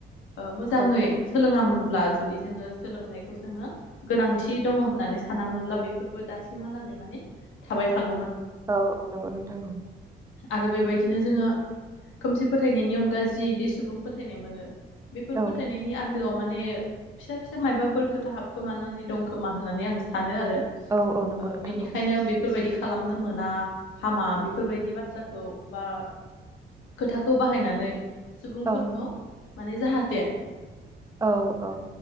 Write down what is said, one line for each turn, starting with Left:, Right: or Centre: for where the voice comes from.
Left: ओ मोजाङै
Right: औ
Left: सोलोङामोन ब्ला जुदि जोङो सोलोंथाइ जोङो गोनांथि दङ होननानै सानोनब्ला बेफोरबो दासिमहालागै माने थाबाय थागोन
Right: औ औ नंगौ नोंथां औ
Left: आरो बेबायदिनो जोङो खोमसि फोथायनायनि अनगा जिदि सुबुं फोथायनाय मोनो बेफोर
Right: औ
Left: फोथायनायनि आ गोआव माने फिसा फिसा मायबाफोरखौ खोथा हाबखोमानानै दंखोमा होननानै आं सानो आरो
Right: औ औ नंगौ
Left: ओ
Right: नोंथां
Left: बेनिखायनो
Right: औ
Left: बेफोरबायदि खालामनो मोना हामा बेफोरबायदि बाथ्राखौ बा खोथाखौ बाहायनानै सुबुंफोरखौ
Right: औ
Left: माने जाहाथे
Right: औ औ